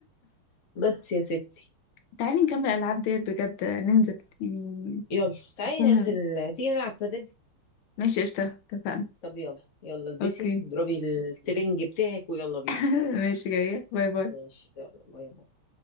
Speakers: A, on the left; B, on the left.
A: بس يا ستي
B: تعالي نكمل الالعاب ديت بجد ننزل يعني
A: يلا تعالي
B: هتكون مم-
A: ننزل تيجي نلعب بادل
B: ماشي قشطة اتفقنا
A: طب يلا يلا البسي
B: اوكي
A: اضربي الترنج بتاعك ويلا بينا
B: <laughs> ماشي جاية باي باي
A: ماشي يلا باي باي